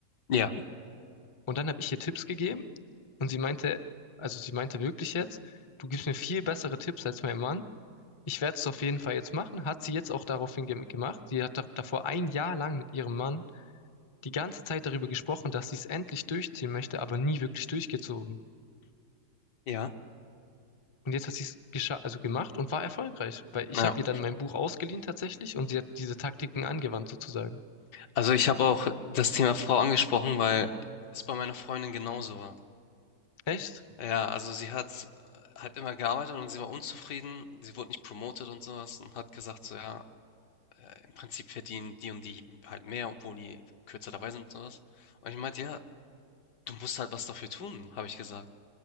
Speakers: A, on the left (about 80°); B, on the left (about 40°).
A: ja,
B: Und dann habe ich ihr Tipps gegeben Und sie meinte, also sie meinte wirklich jetzt, du gibst mir viel bessere Tipps als mein Mann. Ich werde es auf jeden Fall jetzt machen. Hat sie jetzt auch daraufhin ge gemacht. Sie hat da davor ein Jahr lang mit ihrem Mann die ganze Zeit darüber gesprochen, dass sie es endlich durchziehen möchte, aber nie wirklich durchgezogen.
A: ja,
B: Und jetzt hat sie es gescha also gemacht und war erfolgreich, weil ich
A: ja.
B: habe ihr dann mein Buch ausgeliehen tatsächlich und sie hat diese Taktiken angewandt sozusagen.
A: Also ich habe auch das Thema Frau angesprochen, weil es bei meiner Freundin genauso war.
B: Echt?
A: Ja, also sie hat äh, halt immer gearbeitet und sie war unzufrieden. Sie wurde nicht promoted und sowas und hat gesagt, so ja, äh, im Prinzip verdienen die und die halt mehr, obwohl die kürzer dabei sind und sowas. Und ich meinte, ja, du musst halt was dafür tun, habe ich gesagt.